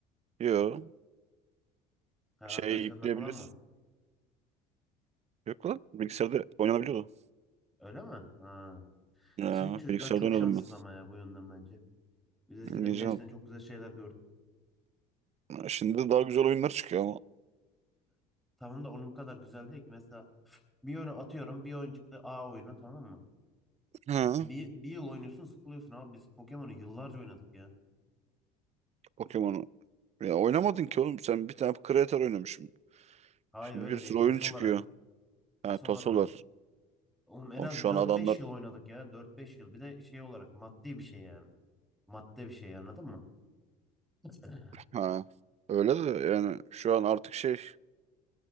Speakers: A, on the right; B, in the centre.
A: Yo.
B: Ha,
A: şey
B: arkadaşlarına
A: yükleyebiliyorsun.
B: falan mı?
A: Yok lan. Bilgisayarda oynanabiliyordu.
B: Öyle mi? Ha.
A: Ya,
B: Şimdi çocuklar
A: bilgisayarda
B: çok
A: oynadım
B: şanssız
A: ben.
B: ama ya bu yönden bence. Biz eskiden
A: Oynayacağım.
B: gerçekten çok güzel şeyler gördük.
A: Şimdi de daha güzel oyunlar çıkıyor ama.
B: Tamam da onun kadar güzel değil ki. Mesela bir oyunu atıyorum. Bir oyun çıktı. A oyunu tamam mı?
A: Ha,
B: Bir, bir yıl oynuyorsun sıkılıyorsun abi. Biz Pokemon'u yıllarca oynadık ya.
A: Pokemon'u. Ya oynamadın ki oğlum. Sen bir tane Creator oynamışım.
B: Hayır
A: Şimdi
B: öyle
A: bir sürü
B: değil. Tasoları.
A: oyun çıkıyor.
B: Tasolarını.
A: Ha, tasolar var.
B: Oğlum en
A: Oğlum
B: az
A: şu
B: dört
A: an adamlar...
B: beş yıl oynadık ya. dört beş yıl. Bir de şey olarak maddi bir şey yani. Madde bir şey anladın mı? <laughs>
A: Ha, öyle de yani şu an artık şey...